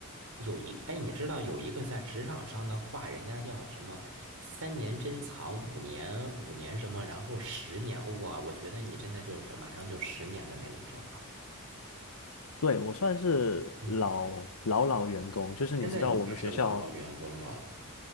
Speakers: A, on the right; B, on the left.
A: 有一，哎，你知道有一个在职场上的话，人家叫什么？三年珍藏，五年五年什么，然后十年，哇，我觉得你真的就是马上就十年的那一种了。
B: 对，我算是老老老员工，
A: 嗯，
B: 就是你知道我们学校，
A: 现在你算是老老员工了。